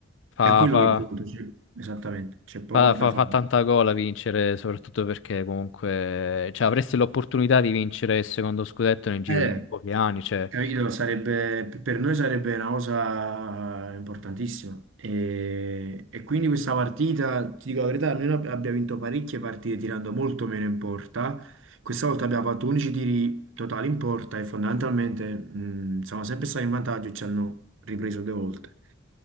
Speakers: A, on the left; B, on the right.
A: fa,
B: È quello
A: fa-
B: che conta, cioè, esattamente, c'è poco
A: fa-
B: da
A: fa-
B: fare.
A: fa tanta gola vincere, soprattutto perché comunque cioè, avresti l'opportunità di vincere il secondo scudetto nel giro
B: Eh,
A: di pochi anni. Cioè.
B: capito, sarebbe, per noi sarebbe una cosa importantissima. E, e quindi questa partita, ti dico la verità, noi ab- abbiamo vinto parecchie partite tirando molto meno in porta. Questa volta abbiamo fatto 11 tiri totali in porta e fondamentalmente mh, siamo sempre stati in vantaggio e ci hanno ripreso due volte.